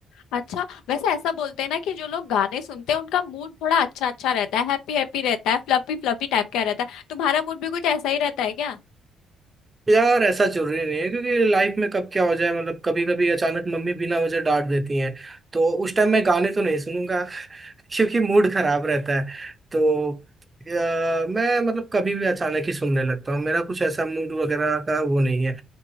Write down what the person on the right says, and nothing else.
यार ऐसा जरूरी नहीं है क्योंकि लाइफ में कब क्या हो जाए मतलब कभी कभी अचानक मम्मी बिना वजह डांट देती हैं तो उस टाइम मैं गाने तो नहीं सुनूंगा <laughs> क्योंकि मूड खराब रहता है तो अ, मैं मतलब कभी भी अचानक ही सुनने लगता हूँ मेरा कुछ ऐसा मूड वगैरह का वो नहीं है